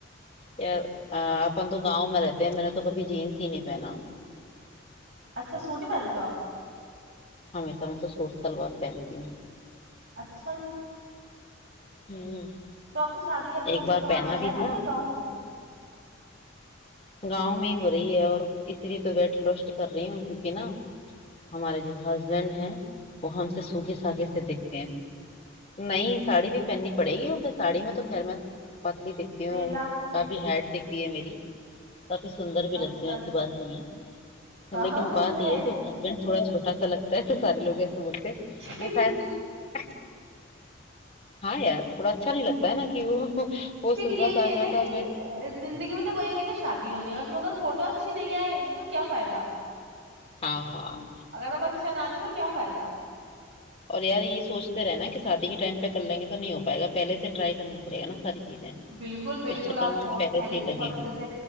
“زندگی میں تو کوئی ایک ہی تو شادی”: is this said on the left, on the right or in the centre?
Right